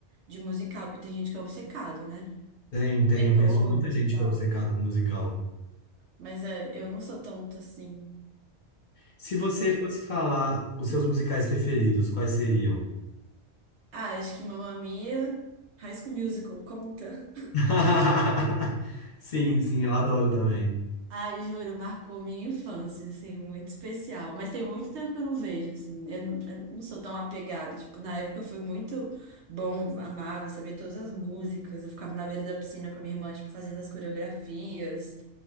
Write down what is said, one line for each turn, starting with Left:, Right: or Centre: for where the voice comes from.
Right: de musical, porque tem gente que é obcecado, né?
Left: Tem, tem.
Right: Vê
Left: Eu
Right: todos
Left: conheço muita gente
Right: e tal.
Left: que é obcecada com musical.
Right: Mas é, eu não sou tonta, assim.
Left: Se você fosse falar os seus musicais preferidos, quais seriam?
Right: Ah, acho que Mamma Mia, High School Musical, conta.
Left: <laughs> Sim, sim, eu adoro também.
Right: Ai, juro, marcou minha infância, assim, muito especial. Mas tem muito tempo que eu não vejo, assim, eu não, eu não sou tão apegada. Tipo, na época foi muito bom, amava, sabia todas as músicas. Eu ficava na beira da piscina com a minha irmã, tipo, fazendo as coreografias.